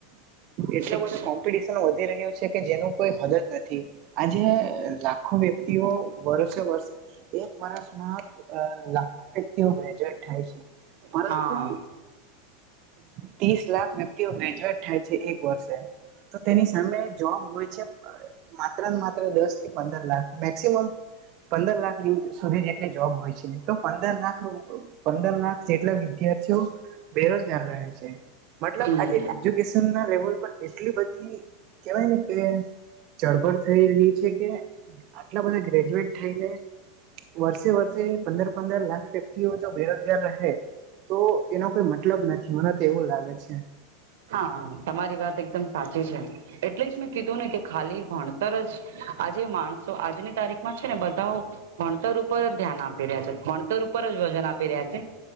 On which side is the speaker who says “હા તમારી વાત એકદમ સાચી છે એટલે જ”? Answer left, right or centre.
Right